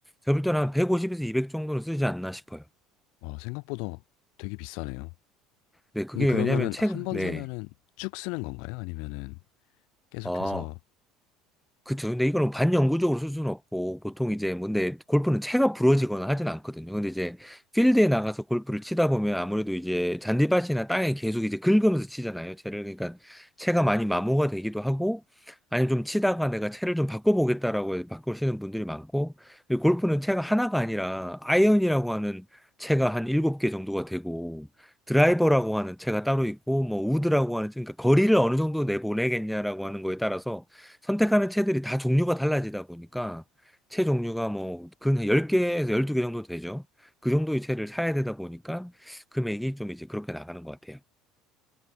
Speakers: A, in the centre; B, on the left (about 70°).
A: 제가 볼 때는 한 150에서 200 정도는 쓰지 않나 싶어요.
B: 아, 생각보다 되게 비싸네요.
A: 네, 그게
B: 근데 그러면은
A: 왜냐면 채,
B: 한 번
A: 네.
B: 사면은 쭉 쓰는 건가요? 아니면은 계속해서
A: 어, 그쵸. 근데 이거는 반영구적으로 쓸 수는 없고, 보통 이제, 뭐, 근데 골프는 채가 부러지거나 하진 않거든요. 근데 이제, 필드에 나가서 골프를 치다 보면 아무래도 이제, 잔디밭이나 땅에 계속 이제 긁으면서 치잖아요. 채를. 그러니까, 채가 많이 마모가 되기도 하고, 아니면 좀 치다가 내가 채를 좀 바꿔보겠다라고 해서 바꾸시는 분들이 많고, 그리고 골프는 채가 하나가 아니라, 아이언이라고 하는 채가 한 일곱 개 정도가 되고, 드라이버라고 하는 채가 따로 있고, 뭐, 우드라고 하는, 채, 그러니까 거리를 어느 정도 내보내겠냐라고 하는 거에 따라서, 선택하는 채들이 다 종류가 달라지다 보니까 채 종류가 뭐 근한 10개에서 12개 정도 되죠. 그 정도의 채를 사야 되다 보니까 금액이 좀 이제 그렇게 나가는 것 같아요.